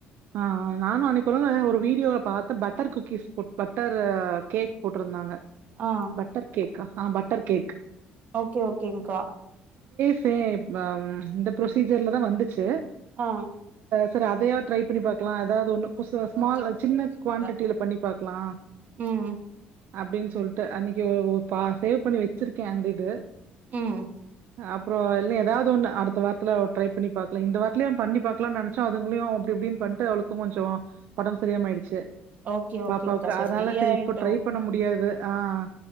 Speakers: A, on the right (about 65°); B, on the right (about 50°).
A: ஆ அ நானு அன்னைக்கொர்நாளு ஒரு வீடியோல பாத்தே butter cookies put butter cake போட்ருந்தாங்க
B: ஆ
A: பட்டர் கேக் க ஹா பட்டர் கேக்
B: ஓகே ஓகேங்க்கா
A: சேப் வம் இந்த ப்ரொசீஜர்ல தா வந்துச்சு
B: ஆ
A: செரி அதயாவ் ட்ரைப் ப்பிடி பாக்லா அதாவதொன்னு கு சோ ஸ்மால்
B: ஓகே ஓகே
A: சின்ன
B: ஓகேங்க்கா
A: குவேண்டிட்டில பண்ணி பாக்லா
B: ம்
A: அப்டின் சொல்ட்டு அன்னிக்கு ஒ ஒ பா சேவ் பண்ணி வெச்சிர்க்கே அந்த இது
B: உம்
A: அப்றோ எல் எதாவ்து ஒன்னு அடுத்த வார்த்துல ஒ ட்ரை பண்ணி பாக்லா இந்த வார்த்லியே ஒன் பண்ணி பாக்லான் நெனச்சோ அதுங்குலியு அப்டிஇப்டின் பண்ட்டு அவுளுக்கு கொஞ்சோ ஒடம் சரியாம ஆயிடுச்சு
B: ஓகே ஓகேங்க்கா
A: பாப்பாவுக்கு
B: சரி
A: அதுனால
B: ஃப்ரீயா
A: செரி
B: ஆயிட்டோ
A: இப்ப ட்ரை பண்ண முடியாது அ அ